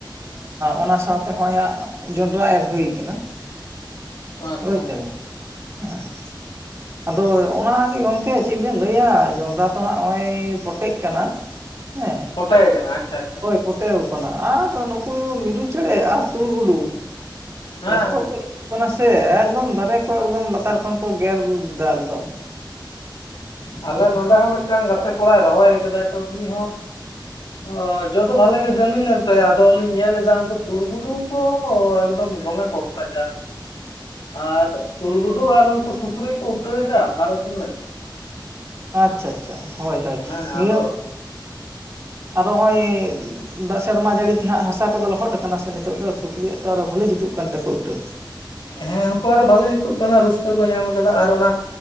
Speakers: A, on the right; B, on the left.
A: ᱚᱱᱟ ᱥᱟᱶᱛᱮ ᱦᱚᱸᱜ ᱟᱭᱟᱜ ᱡᱚᱸᱰᱨᱟ ᱮᱨ ᱦᱩᱭ ᱟᱠᱟᱱᱟ᱾
B: ᱟᱪᱪᱷᱟ
A: ᱦᱚᱭᱛᱚ
B: ᱟᱪᱪᱷᱟ
A: ᱦᱮᱸ᱾ ᱟᱫᱚ ᱚᱱᱟ ᱜᱮ ᱜᱚᱝᱠᱮ ᱪᱮᱫ ᱵᱮᱱ ᱞᱟᱹᱭᱟ ᱡᱚᱱᱰᱨᱟ ᱛᱚ ᱦᱟᱸᱜ ᱱᱚᱜᱼᱚᱭ ᱯᱚᱴ ᱯᱚᱴᱮᱜ ᱠᱟᱱᱟ ᱦᱮᱸ
B: ᱯᱚᱴᱟᱭ ᱠᱟᱱᱟ ᱟᱪᱪᱷᱟ ᱟᱪᱪᱷᱟ
A: ᱚᱭ ᱯᱚᱴᱮᱣ ᱟᱠᱟᱱᱟ, ᱟᱨ ᱱᱩᱠᱩ ᱢᱤᱨᱩ ᱪᱮᱬᱮ ᱟᱨ ᱛᱩᱲ ᱜᱩᱰᱩ
B: ᱦᱮᱸ
A: ᱮᱛᱚ
B: ᱦᱮᱸ
A: ᱠᱚ ᱠᱟᱱᱟ ᱥᱮ ᱮᱠᱫᱚᱢ ᱫᱟᱨᱮ ᱠᱚ ᱮᱠᱫᱚᱢ ᱞᱟᱛᱟᱨ ᱠᱷᱚᱱ ᱠᱚ ᱜᱮᱨᱫᱟ ᱮᱠᱫᱚᱢ᱾
B: ᱟᱞᱮ ᱱᱚᱰᱮ ᱦᱚᱸ ᱢᱤᱫᱴᱟᱱ ᱜᱟᱛᱮ ᱠᱚᱲᱟᱭ ᱨᱚᱦᱚᱭ ᱠᱟᱫᱟᱭ ᱛᱚ ᱩᱱᱤᱦᱚᱸ ᱚ ᱡᱚ ᱵᱷᱟᱞᱮ ᱜᱮ ᱡᱟᱹᱞᱤ ᱞᱮᱱᱛᱟᱭᱟ ᱟᱫᱚᱞᱤᱧ ᱧᱮᱞ ᱮᱫᱟ ᱩᱱᱠᱩ ᱛᱩᱲᱜᱩᱰᱩ ᱠᱚ ᱮᱠᱫᱚᱢ ᱫᱚᱢᱮ ᱠᱚ ᱚᱛ ᱛᱟᱪᱟᱨ᱾ ᱟᱨ ᱛᱩᱲᱜᱩᱰᱩ ᱟᱨ ᱩᱱᱠᱩ ᱥᱩᱠᱨᱤ ᱠᱚ ᱩᱴᱟᱹᱭᱮᱫᱟ ᱫᱟᱨᱮ ᱥᱚᱢᱮᱫ᱾
A: ᱟᱪᱪᱷᱟ ᱪᱷᱟ ᱦᱚᱭ ᱦᱚᱭ
B: ᱦᱮᱸ
A: ᱱᱤᱭᱟᱹ
B: ᱟᱫᱚ
A: ᱟᱨ ᱱᱚᱜᱼᱚᱭ ᱫᱟᱜ ᱥᱮᱨᱢᱟ ᱡᱟᱹᱲᱤ ᱛᱮᱦᱟᱸᱜ ᱦᱟᱥᱟ ᱠᱚᱫᱚ ᱞᱚᱦᱚᱫ ᱟᱠᱟᱱᱟ ᱥᱮ ᱱᱤᱛᱚᱜ ᱫᱚ ᱥᱩᱠᱨᱤᱣᱟᱜ ᱟᱨᱚ ᱵᱷᱟᱹᱞᱤ ᱡᱩᱛᱩᱜ ᱠᱟᱱ ᱛᱟᱠᱚ ᱩᱴᱟᱹ᱾
B: ᱦᱮᱸ ᱩᱱᱠᱩ ᱟᱨ ᱵᱟᱷᱟᱞᱮ ᱡᱩᱛᱩᱜ ᱠᱟᱱᱟ ᱨᱟᱹᱥᱠᱟᱹ ᱠᱚ ᱧᱟᱢ ᱠᱟᱫᱟ ᱟᱨ ᱚᱱᱟ